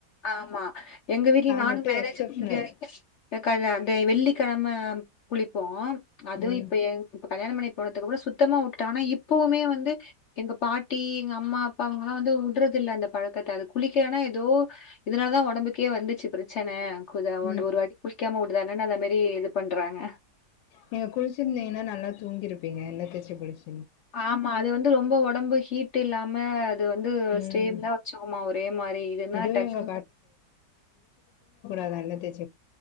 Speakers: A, on the left; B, on the left.
A: ஆமா எங்க வீட்ல நானு
B: மட்டு
A: மேரேஜுக்கு
B: எக்சப்ஷனல்
A: முன்னடி வரக்க டக்கால்யா அந்தே வெள்ளிக்கழம குளிப்போ அதுவு
B: ம்
A: இப்ப ஏ இப்ப கல்யாண பண்ணி போனதுக்கப்றொ சுத்தமா உட்டுட்ட ஆனா இப்பவுமே வந்து எங்க பாட்டி எங்க அம்மா அப்பா அவுங்கலா வந்து உட்றது இல்ல அந்த பழக்கத்த அது குளிக்கலனா ஏதோ இதனால தா ஒடம்புக்கே வந்துச்சு பிரச்சன கு த ஒன்ன
B: ம்
A: ஒரு வாட்டி குளிக்காம உட் தன்னன் அத மேரி இது பண்றாங்க
B: நீங்க குளிச்சிருந்தீங்கன்னா நல்லா தூங்கிருப்பீங்க என்ன தேச்சி குளிச்
A: ஆமா அது வந்து ரொம்ப உடம்பு ஹீட் இல்லாம இது வந்து ஸ்டேபிலா
B: ம்
A: வச்சுக்குமா ஒரே மாரி இதுன்னா
B: இதுவு
A: டக்கு
B: எங்க அதா எண்ணெ தேச்